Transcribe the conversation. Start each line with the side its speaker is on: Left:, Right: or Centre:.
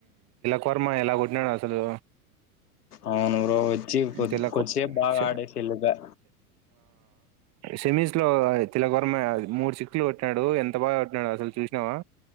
Right: పర్మా ఎలా కొట్టినాడు అసలు
Left: అవునూ బ్రో వచ్చి కొ
Right: తిలక్
Left: కొచ్చే బాగా
Right: శ
Left: ఆడేస్ ఎలదా
Right: సెమీస్ లో తిలకవరమ మూడు సిక్స్లు కొట్టినాడు ఎంత బాగా కొట్టినాడు అసలు చూసినావా